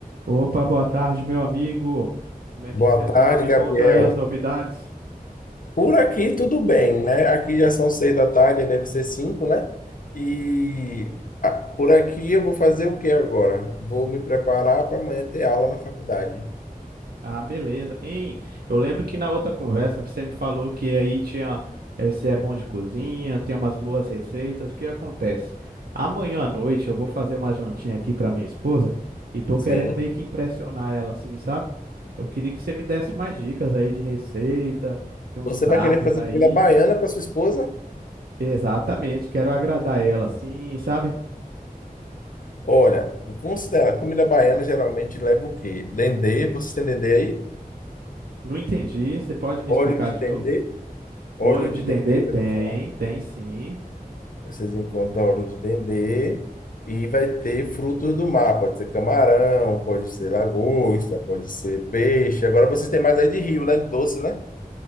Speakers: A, on the right (about 85°); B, on the left (about 65°).
A: Opa, boa tarde, meu amigo. Como é
B: Boa
A: que você tá?
B: tarde,
A: Me
B: Gabriel.
A: conta aí as novidades.
B: Por aqui tudo bem, né? Aqui já são seis da tarde, aí deve ser cinco, né? E ah, por aqui eu vou fazer o que agora? Vou me preparar para amanhã ter aula na faculdade.
A: Ah, beleza. Hein? Eu lembro que na outra conversa você me falou que aí tinha, eh, você é bom de cozinha, tem umas boas receitas. O que acontece? Amanhã à noite eu vou fazer uma jantinha aqui para minha esposa e tô
B: Sim.
A: querendo meio que impressionar ela assim, sabe? Eu queria que você me desse mais dicas aí de receita, de uns
B: Você
A: pratos
B: vai querer fazer
A: aí.
B: comida baiana para sua esposa?
A: Exatamente, quero agradar ela assim, sabe?
B: Olha, considera, comida baiana geralmente leva o quê? Dendê, vocês têm dendê aí?
A: Não entendi. Você pode me explicar
B: Óleo de
A: de
B: dendê?
A: novo?
B: Óleo
A: Molho de
B: de dendê,
A: dendê tem,
B: já ouviu falar?
A: tem sim.
B: Vocês encontram óleo de dendê e vai ter frutos do mar. Pode ser camarão, pode ser lagosta, pode ser peixe. Agora vocês têm mais aí de rio, né? De doce, né?